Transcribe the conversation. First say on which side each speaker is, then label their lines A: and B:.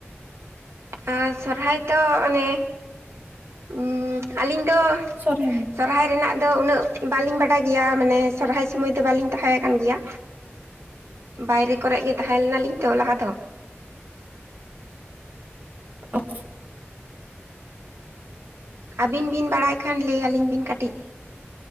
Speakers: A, on the right (about 75°); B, on the right (about 40°).
A: ᱟᱨ ᱥᱚᱨᱚᱦᱟᱭ ᱫᱚ ᱚᱱᱮ ᱩᱢ, ᱟᱹᱞᱤᱧ ᱫᱚ
B: ᱥᱚᱨᱳ <unintelligible>
A: ᱥᱚᱨᱦᱟᱭ ᱨᱮᱱᱟᱜ ᱫᱚ ᱩᱱᱟᱹᱜ, ᱵᱟᱹᱞᱤᱧ ᱵᱟᱰᱟᱭ ᱜᱮᱭᱟ, ᱢᱟᱱᱮ ᱥᱚᱨᱦᱟᱭ ᱥᱚᱢᱚᱭ ᱫᱚ, ᱵᱟᱹᱞᱤᱧ ᱛᱟᱸᱦᱮ ᱟᱠᱟᱱ ᱜᱮᱭᱟ᱾ ᱵᱟᱭᱨᱮ ᱠᱚᱨᱮ ᱜᱮ, ᱛᱟᱦᱮᱸ ᱞᱮᱱᱟᱞᱤᱧ ᱛᱚ ᱞᱟᱦᱟ ᱫᱚ᱾
B: ᱚ <inaudible>
A: ᱟᱹᱵᱤᱱ ᱵᱤᱱ ᱵᱟᱲᱟᱭ ᱠᱷᱟᱱ, ᱞᱟᱹᱭ ᱟᱹᱞᱤᱧ ᱵᱤᱱ ᱠᱟᱹᱴᱤᱡ?